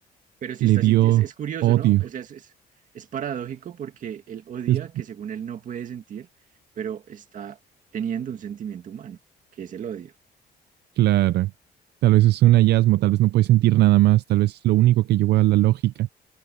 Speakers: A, on the right; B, on the right.
A: Pero sí
B: le
A: está
B: dio
A: sintiendo, es, es curioso,
B: odio.
A: ¿no? O sea, es, es, es paradójico porque él odia
B: Es
A: que según él no puede sentir, pero está teniendo un sentimiento humano, que es el odio.
B: claro. Tal vez es un hallazgo, tal vez no puede sentir nada más, tal vez es lo único que llevó a la lógica